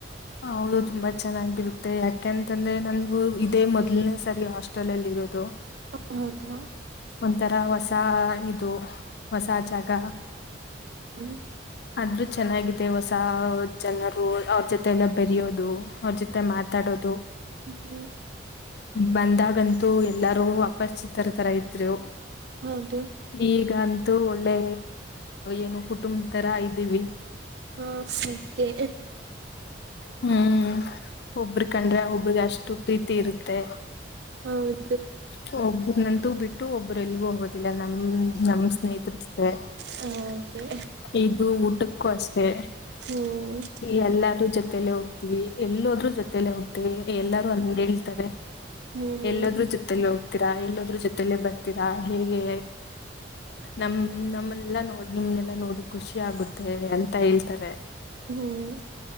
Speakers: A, on the left; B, on the right.
A: ಹ ಹೌದು ತುಂಬ ಚೆನ್ನಾಗಿರುತ್ತೆ ಯಾಕೆಂತಂದ್ರೆ ನಂದುು ಇದೇ ಮೊದಲನೇ ಸರಿ ಹಾಸ್ಟೆಲ್ ಅಲ್ಲಿ ಇರೋದು
B: ಹ ಹೌದಾ
A: ಒಂಥರ ಹೊಸ ಇದು ಹೊಸ ಜಾಗ
B: ಹ್ಮ್
A: ಅದ್ರ ಚೆನ್ನಾಗಿದೆ ಹೊಸ ಜನರು ಅವ್ರ ಜೊತೆ ಎಲ್ಲ ಬೆರೆಯೋದು ಅವ್ರ ಜೊತೆ ಮಾತಾಡೋದು
B: ಹ್ಮ್
A: ಬಂದಾಗಂತೂ ಎಲ್ಲಾರೂ ಅಪರಿಚಿತರ ತರ ಇ ಇದ್ರು
B: ಹೌದು
A: ಈಗ ಅ ಅದು ಒಳ್ಳೆ ಏನು ಕುಟುಂಬ ತರ ಇದ್ದೀವಿ
B: ಹಾ ಹಾಗೆ ಸದ್ಯಕ್ಕೆ
A: ಹ್ಮ್ ಒಬ್ರ ಕಂಡ್ರೆ ಒಬ್ರಿಗೆ ಅಷ್ಟು ಪ್ರೀತಿ ಇರುತ್ತೆ
B: ಹೌದು
A: ಹೋಗಬದು ನ ಬಿಟ್ಟು ಒಬ್ಬ ಎಲ್ಲಿಗೂ ಹೋಗುತ್ತೆ ನಮ ನಮ ಸ್ನೇಹಿತತೆ
B: ಹಾಗೆ
A: ಇದು ಊಟಕ್ಕೂ ಅಷ್ಟೇ
B: ಹ್ಮ್
A: ಈ ಎಲ್ಲಾರೂ ಜೊತೆ ಜೊತಲ್ಲೇ ಹೋಗ್ತೀವಿ ಎಲ್ಲದ್ರೂ ಜೊತಲ್ಲೇ ಹೋಗ್ತೀವಿ ಎಲ್ಲಾರೂ ಅಲ್ ಮುಂದೆ ಅಂದ ಹೇಳ್ತಾರೆ
B: ಹ್ಮ್
A: ಎಲ್ಲೊದ್ರೂ ತರಾ ಇಲ್ಲೋದ್ರ ಜೊತಲ್ಲೇ ಬರ್ತೀರಾ ಹೇಗೆ ನಮ ನಮ್ಮನೆಲ್ಲಾ ನೋ ನಿಮ್ನೆಲ್ಲಾ ನೋಡಿ ಖುಷಿ ಆಗುತ್ತೆ ಅಂತ ಹೇಳ್ತಾರೆ
B: ಹ್ಮ್